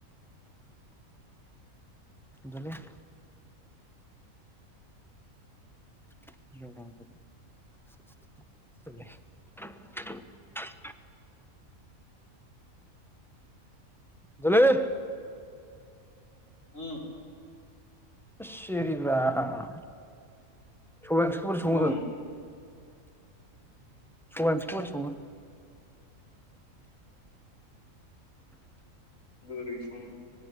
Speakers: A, in the centre; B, on the left (about 65°).
A: देलै। <unintelligible> जाले
B: उम
A: सिरिब्रा सबाइ ओंख्रिखौ बोरै संङो?
B: बुं
A: सबाइ ओंख्रिखौ बोरै संङो?
B: बोरै संङो